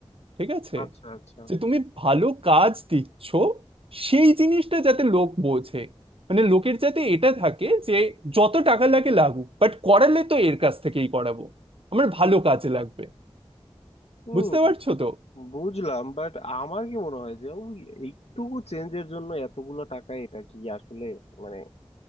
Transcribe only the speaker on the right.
ঠিক আছে
যে তুমি ভালো কাজ দিচ্ছ সেই জিনিসটা যাতে লোক বোঝে মানে লোকের যাতে এটা থাকে যে যত টাকা লাগে লাগুক বাট করালে তো এর কাছ থেকেই করাবো আমার ভালো কাজে লাগবে
বুঝতে পারছো তো